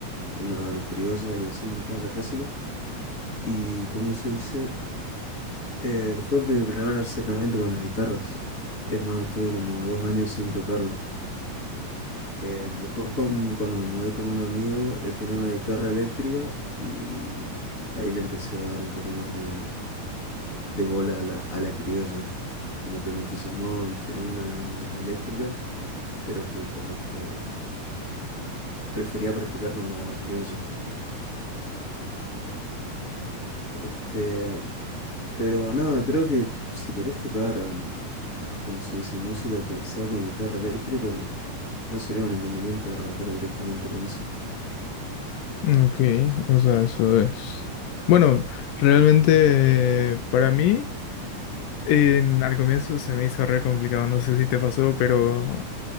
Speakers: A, on the left; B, on the left.
A: una criolla, le decimos acá, la clásica. Y, ¿cómo se dice? Eh, fue mi primer acercamiento con las guitarras. Es más, estuve como dos años sin tocarla. Eh, después, con- cuando me mudé con un amigo, él tenía una guitarra eléctrica y ahí le empecé a dar un poco más de, de bola a la, a la criolla. Como que me entusiasmó tener una eléctrica, pero que como que prefería practicar con la criolla. Este, pero nada, creo que si querés tocar, mm, como se dice, música que sea con guitarra eléctrica, no sería un inconveniente arrancar directamente con eso.
B: Ujú. Ok, o sea, eso es. Bueno, realmente eh, para mí en- al comienzo se me hizo re complicado, no sé si te pasó, pero